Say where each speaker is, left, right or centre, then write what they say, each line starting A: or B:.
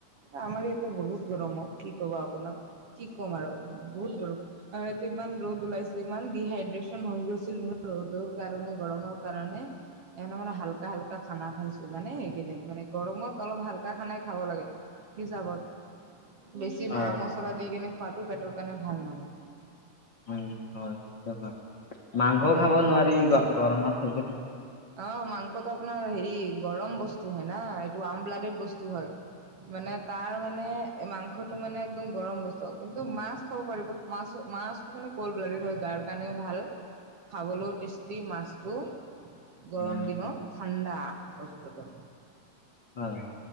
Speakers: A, on the right; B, on the left.
A: আমাৰ ইয়াতে বহুত গৰম অ, কি কবা আপোনাক, কি কম আৰু আপোনাক, বহুত গৰম আৰু ইয়াতে। ইমান ৰ'দ ওলাইছে, ইমান ডিহাইড্ৰে্চন হৈ গৈছিল মোৰ ৰ'দৰ কাৰণে, গৰমৰ কাৰণে। এনে মানে হাল্কা -হাল্কা খানা খাইছো, জানে সেইকেইদিন মানে। গৰমত অলপ হালকা খানাই খাব লাগে। হিচাপত বেছি
B: হয়,
A: মা মছলা দি কিনে খোৱাটো পেটত কাৰণে ভাল নহয়।
B: উ হয় সেইটো হয়। মাংসও
A: সেইটো
B: খাব নোৱাৰি গ-গৰমত সেইটো
A: অ মাংসটো আপোনাৰ হেৰি গৰম বস্তু হয় না এইটো আমব্লাডেড বস্তু হয়। মানে তাৰ মানে এই মাংসটো মানে একদম গৰম বস্তু। কিন্তু মাছ খাব পাৰিব মাছ মাছটো মানে কল ব্লাডেড হয় গা তাৰ কাৰণেও ভাল, খাবলৈও টেষ্টি মাছটো, গৰম
B: উম,
A: দিনৰ ঠাণ্ডা বস্তুতো।
B: হয়।